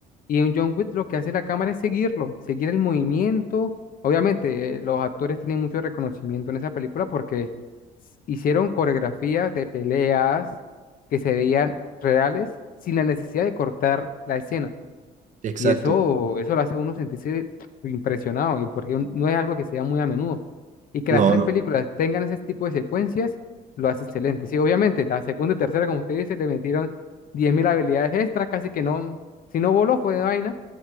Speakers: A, on the left (about 55°); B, on the right (about 45°).
A: Y en John Wick lo que hace la cámara es seguirlo, seguir el movimiento. Obviamente, eh, los actores tienen mucho reconocimiento en esa película porque s- hicieron coreografías de peleas, que se veían reales sin la necesidad de cortar la escena.
B: exacto.
A: Y eso, eso lo hace a uno sentirse impresionado, y porque un- no es algo que se da muy a menudo. Y que
B: No,
A: las tres
B: no.
A: películas tengan ese tipo de secuencias, lo hace excelente. Sí, obviamente, la segunda y tercera, como usted dice, le metieron 10.000 habilidades extras, casi que no, si no voló fue de vaina,